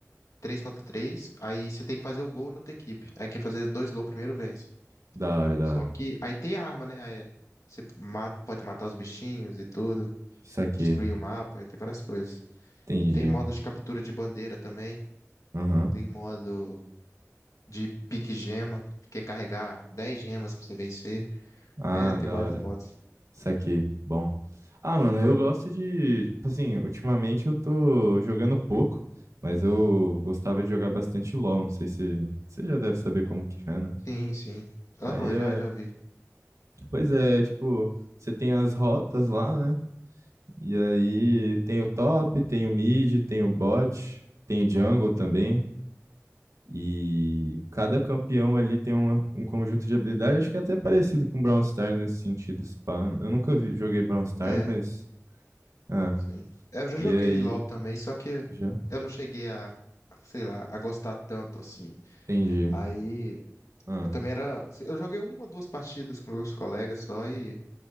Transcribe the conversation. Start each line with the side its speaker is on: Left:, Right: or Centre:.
Left: 3 contra três aí você tem que fazer o gol na outra equipe. Aí quem fazer dois gols primeiro vence.
Right: Da hora, da
Left: Só
Right: hora.
Left: que aí tem arma, né? Aí você mata, pode matar os bichinhos e tudo,
Right: Isso aqui.
Left: destruir o mapa, aí tem várias coisas.
Right: Entendi.
Left: Tem modo de captura de bandeira também.
Right: Aham.
Left: Tem modo de pique gema, que é carregar 10 gemas pra você vencer.
Right: Ah,
Left: É, tem
Right: da
Left: vários
Right: hora.
Left: modos.
Right: Isso aqui. Bom. Ah, mano, eu gosto de. tipo Assim, ultimamente eu tô jogando pouco, mas eu gostava de jogar bastante LoL. Não sei se. Você já deve saber como que é, né?
Left: Sim, sim. Aham,
Right: Aí é.
Left: já, já vi.
Right: Pois é, tipo, você tem as rotas lá, né? E aí tem o top, tem o mid, tem o bot, tem o jungle também. E cada campeão ali tem uma- um conjunto de habilidades, acho que é até parecido com Brawl Stars nesse sentido, se pá. Eu nunca vi- joguei Brawl Stars,
Left: É,
Right: mas. Ah,
Left: sim. É, Eu já
Right: e
Left: joguei
Right: aí?
Left: LOL também, só que
Right: Já?
Left: eu não cheguei a, sei lá, a gostar tanto assim.
Right: Entendi.
Left: Aí,
Right: Ah,
Left: eu também era. Eu joguei uma ou duas partidas com meus colegas só e,